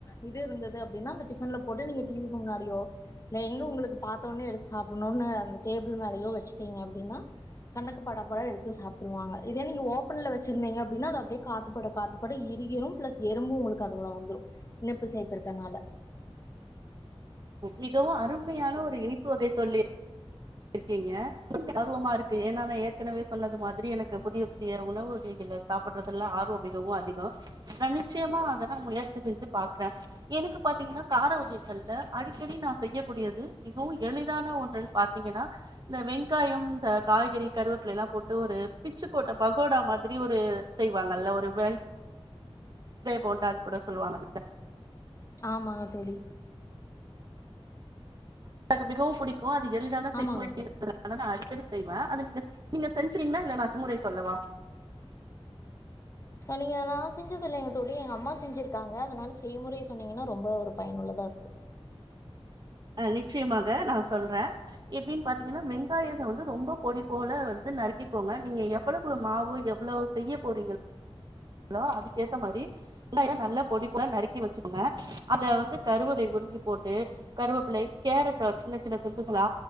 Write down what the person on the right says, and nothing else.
மிகவு அருமையான ஒரு இனிப்பு வகை சொல்லி இருக் ஏங்க <unintelligible> ஆர்வமா இருக்கு ஏன்னால ஏற்கனவே சொன்னது மாதிரி எனக்கு புதிய புதிய உணவு வகைகளை சாப்பிடுறதுல ஆர்வம் மிகவு அதிகோ நா நிச்சயமா அத ந முயற்சி செஞ்சு பாக்ற எனக்கு பாத்தீங்கன்னா கார வகைகள்ல அடிக்கடி நா செய்யக்கூடியது மிகவு எளிதான ஒன்னுன்னு பாத்தீங்கன்னா இந்த வெங்காயம் இந்த காய்கறி கருவேப்பிலேலா போட்டு ஒரு பிச்சு போட்ட பகோடா மாதிரி ஒரு செய்வாங்கல்ல ஒரு வெங் வெங்காய போண்டான்னு கூட சொல்லுவாங்க இல்ல
ஆ <unintelligible> மிகவும் புடிக் கோ அது எளிதான செய்முறை
<unintelligible> அதன அடி அடிக்கடி செய்வ அது நீங்க நீங்க செஞ்சுறிக்கிங்ளா இல்ல நா செம்முறை சொல்லவா
அ நிச்சயமாக நா சொல்ற எப்டின் பாத்தீங்கன்னா வெங்காயத்த வந்து ரொம்ப பொடி போல வந்து நறுக்கிக்கோங்க நீங்க எவ்வளவு மாவு எவ்வளவு செய்ய போறீங்களோ அதுக்கு ஏத்த மாறி வெங்கா <unintelligible> நல்ல பொடிப்புல நறுக்கி வச்சுக்கோங்க அத வந்து கருவப்லை உருவி போட்டு கருவேப்பில்லை கேரட்ட சின்ன சின்ன துண்டுகளா